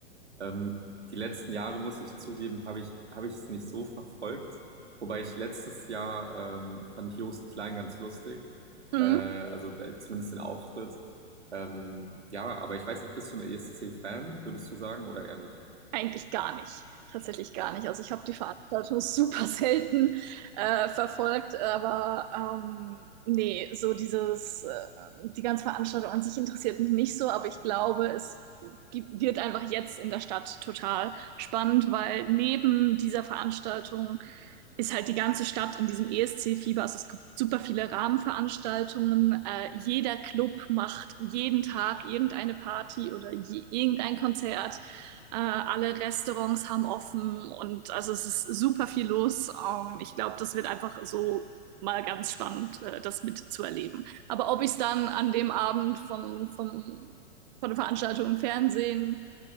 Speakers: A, on the right; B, on the right.
A: Ähm, die letzten Jahre, muss ich zugeben, habe ich, habe ich es nicht so verfolgt. Wobei ich letztes Jahr ähm, fand ich Joost Klein ganz lustig.
B: Mhm.
A: Äh, also äh, zumindest den Auftritt. Ähm, ja, aber ich weiß nicht, bist du ein ESC-Fan, würdest du sagen, oder eher nicht?
B: Eigentlich gar nicht. Tatsächlich gar nicht. Also ich habe die Veranstaltung <laughs> super selten äh, verfolgt, aber ähm, nee, so dieses, äh, die ganze Veranstaltung an sich interessiert mich nicht so, aber ich glaube, es gibt, wird einfach jetzt in der Stadt total spannend, weil neben dieser Veranstaltung ist halt die ganze Stadt in diesem ESC-Fieber. Also es gibt super viele Rahmenveranstaltungen. Äh, jeder Club macht jeden Tag irgendeine Party oder je, irgendein Konzert. Äh, alle Restaurants haben offen und also es ist super viel los. Ähm, ich glaube, das wird einfach so mal ganz spannend, äh, das mitzuerleben. Aber ob ich es dann an dem Abend vom, vom, von der Veranstaltung im Fernsehen